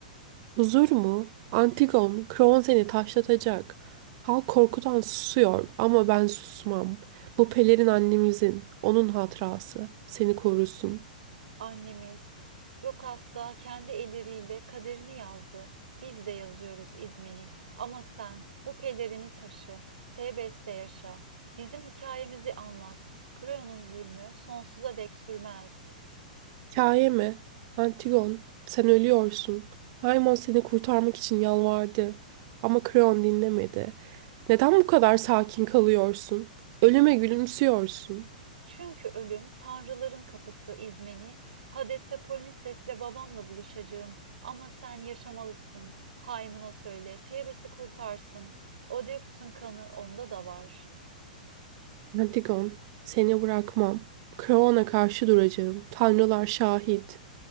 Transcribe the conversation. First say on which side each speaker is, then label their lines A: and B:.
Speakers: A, on the right (about 40°); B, on the right (about 80°).
A: Huzur mu? Antigon, Kron seni taşlatacak. Halk korkudan susuyor ama ben susmam. Bu pelerin annemizin, onun hatırası. Seni korusun.
B: Annemiz Jokas'ta kendi elleriyle kaderini yazdı. Biz de yazıyoruz İzmeni. Ama sen bu pelerini taşı. Tebes'te yaşa. Bizim hikayemizi anlat. Kreon'un zulmü sonsuza dek sürmez.
A: Hikaye mi? Antigon, sen ölüyorsun. Haymon seni kurtarmak için yalvardı. Ama Kron dinlemedi. Neden bu kadar sakin kalıyorsun? Ölüme gülümsüyorsun.
B: Çünkü ölüm tanrıların kapısı İzmeni. Hades'te Polinices'le babamla buluşacağım. Ama sen yaşamalısın. Haymına söyle. Tebes'i kurtarsın. Oedipus'un kanı onda da var.
A: Antigon, seni bırakmam. Kron'a karşı duracağım. Tanrılar şahit.